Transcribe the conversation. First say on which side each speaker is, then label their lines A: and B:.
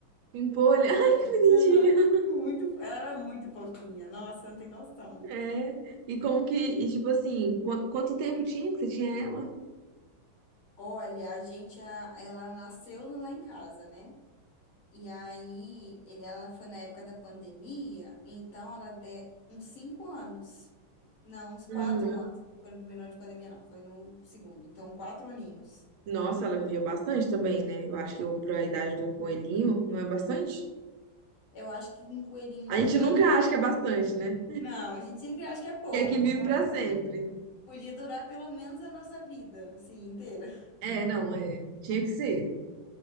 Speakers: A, on the right; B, on the left.
A: Pimpolha? <laughs> Ai, que bonitinho!
B: Aham. <laughs> Muito, ela era muito fofinha. Nossa, não tem noção.
A: É, e como que, e tipo assim, qu- quanto tempo tinha que você tinha ela?
B: Olha, a gente, a- ela nasceu lá em casa, né? E aí, ela foi na época da pandemia, então ela deu uns cinco anos. Não, uns quatro
A: Hum,
B: anos. Foi no primeiro ano de pandemia, não. Foi no segundo. Então, quatro aninhos.
A: Nossa, ela vivia bastante também, né? Eu acho que eu, pra idade de um coelhinho, não é bastante?
B: Eu acho que um coelhinho normal.
A: A gente nunca acha que é bastante, né?
B: Não, a gente sempre acha que é pouco.
A: Que é que vive pra sempre.
B: Podia durar pelo menos a nossa vida, assim, inteira.
A: É, não, é, tinha que ser.